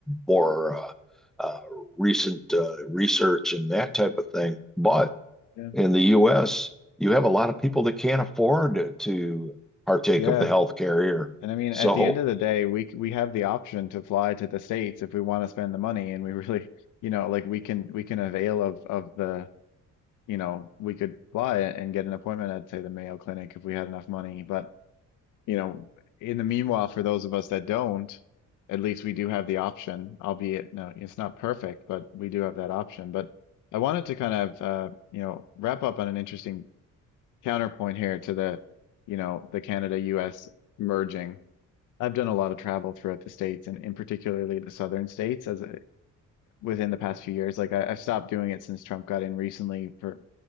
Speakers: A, in the centre; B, on the left.
A: more uh, uh, recent uh, research and that type of thing, but
B: yeah,
A: in the U.S., you have a lot of people that can't afford to to partake
B: yeah.
A: of the healthcare here.
B: And I mean,
A: So
B: at the end of the day, we c- we have the option to fly to the States if we want to spend the money, and we <laughs> really, you know, like we can we can avail of of the, you know, we could fly and get an appointment at say the Mayo Clinic if we had enough money, but you know, in the meanwhile, for those of us that don't, at least we do have the option, albeit no, it's not perfect, but we do have that option. But I wanted to kind of, uh, you know, wrap up on an interesting counterpoint here to the, you know, the Canada-US merging. I've done a lot of travel throughout the states and, in particularly the southern states as a, within the past few years. Like I, I've stopped doing it since Trump got in recently for